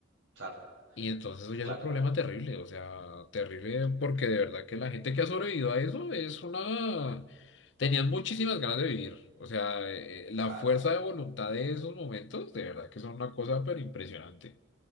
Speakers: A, on the right; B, on the left.
A: claro,
B: Y entonces eso ya
A: claro,
B: es un problema terrible, o sea, terrible porque de verdad que la gente que ha sobrevivido a eso es una... Tenían muchísimas ganas de vivir, o sea, eh, la
A: claro.
B: fuerza de voluntad de esos momentos, de verdad que son una cosa pero impresionante.